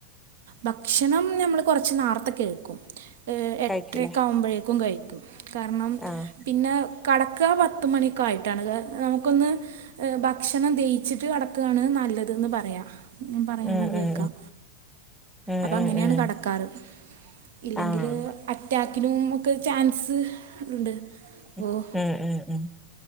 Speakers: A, on the right; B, in the centre.
A: ഭക്ഷണം നമ്മൾ കുറച്ച് നാർത്തൊക്കെ കഴിക്കും ഏ ഏട്ടരയൊക്കെ
B: കഴിക്കൂലേ
A: ആവുമ്പോഴേക്കും കഴിക്കും കാരണം
B: ആഹ്
A: പിന്നെ കടക്കുക പത്തുമണിയൊക്കെ ആയിട്ടാണ് കാ നമുക്കൊന്ന് ഭക്ഷണം ദഹിച്ചിട്ട് കിടക്കുകയാണ് നല്ലതെന്ന് പറയാം ഞാൻ പറയുന്നത്
B: ഉം
A: കേൾക്കാം
B: ഉം ഉം
A: അപ്പൊ അങ്ങനെയാണ്
B: ഉം ഉം ഉം
A: കടക്കാറ് ഇല്ലെങ്കില്
B: ആഹ്
A: അറ്റാക്കിനും മുമ്ക്ക് ചാൻസ് ഉണ്ട് അപ്പോൾ
B: ഉം ഉം ഉം